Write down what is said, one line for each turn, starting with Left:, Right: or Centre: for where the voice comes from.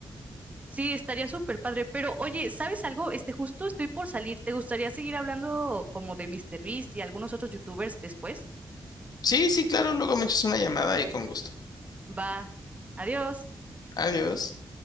Right: Sí, estaría súper padre, pero oye, ¿sabes algo? Este, justo estoy por salir. ¿Te gustaría seguir hablando como de míster Beast y algunos otros youtubers después?
Left: Sí, sí, claro, luego me echas una llamada y con gusto.
Right: Va, adiós.
Left: Adiós.